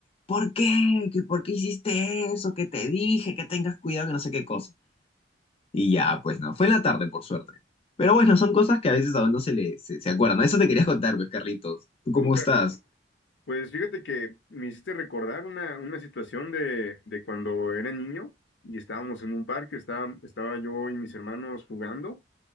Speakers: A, on the left (about 35°); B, on the left (about 80°).
A: ¿Por qué? ¿Que por qué hiciste eso? ¿Que te dije? Que tengas cuidado, que no sé qué cosa. Y ya, pues no, fue en la tarde, por suerte. Pero bueno, son cosas que a veces a uno se le se, se acuerdan. Eso te quería contar, pues, Carlitos. ¿Tú cómo
B: Súper.
A: estás?
B: Pues fíjate que me hiciste recordar una, una situación de, de cuando era niño y estábamos en un parque, estaba, estaba yo y mis hermanos jugando